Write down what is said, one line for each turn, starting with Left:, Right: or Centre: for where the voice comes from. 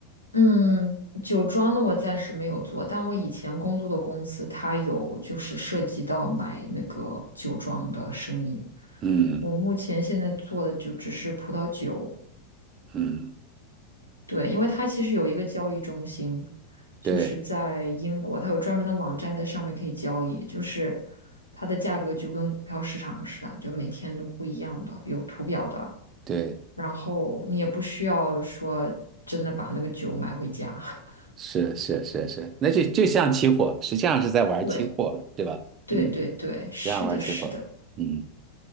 Left: 嗯，酒庄的我暂时没有做，但我以前工作的公司它有就是涉及到买那个酒庄的生意。
Right: 嗯
Left: 我目前现在做的就只是葡萄酒，
Right: 嗯，
Left: 对，因为它其实有一个交易中心，就是在英国，
Right: 对
Left: 它有专门的网站在上面可以交易，就是它的价格就跟股票市场似的，就每天都不一样的，有图表的，
Right: 对，
Left: 然后你也不需要说真的把那个酒买回家。<laughs>
Right: 是是是是，那就就像期货，实际上是在玩期货了，
Left: 对，
Right: 对吧？
Left: 对对对，
Right: 嗯，
Left: 是的，
Right: 实际上玩期货，
Left: 是的，
Right: 嗯。